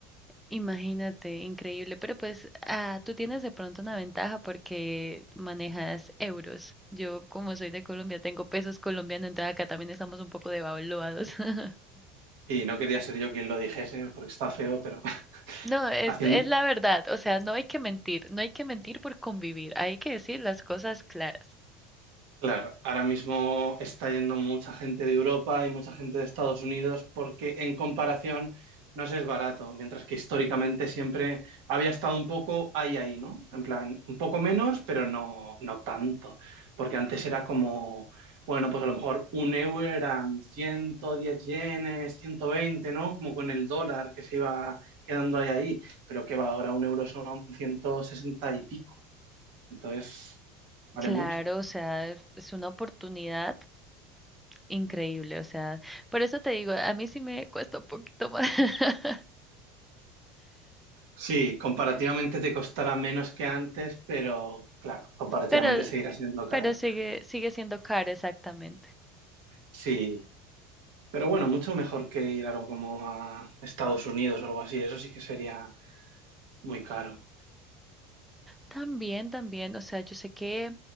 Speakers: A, in the centre; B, on the right (about 70°).
A: Imagínate, increíble. Pero pues ah, tú tienes de pronto una ventaja porque manejas euros. Yo, como soy de Colombia, tengo pesos colombianos, entonces acá también estamos un poco devaluados. <laughs>
B: Sí, no quería ser yo quien lo dijese porque está feo, pero <laughs>
A: No, es,
B: haciendo,
A: es la verdad. O sea, no hay que mentir. No hay que mentir por convivir. Hay que decir las cosas claras.
B: Claro, ahora mismo está yendo mucha gente de Europa y mucha gente de Estados Unidos porque en comparación no se es barato, mientras que históricamente siempre había estado un poco ahí ahí, ¿no? En plan, un poco menos, pero no, no tanto, porque antes era como, bueno, pues a lo mejor un euro eran 110 yenes, 120, ¿no? Como con el dólar que se iba quedando ahí ahí, pero que va ahora un euro son 160 y pico, entonces vale
A: Claro,
B: mucho.
A: o sea, es una oportunidad increíble. O sea, por eso te digo, a mí sí me cuesta un poquito más. <laughs>
B: Sí, comparativamente te costará menos que antes, pero claro, comparativamente
A: Pero
B: seguirá siendo caro.
A: Pero sigue, sigue siendo caro, exactamente.
B: Sí, pero bueno, mucho mejor que ir algo como a Estados Unidos o algo así, eso sí que sería muy caro.
A: También, también, o sea, yo sé que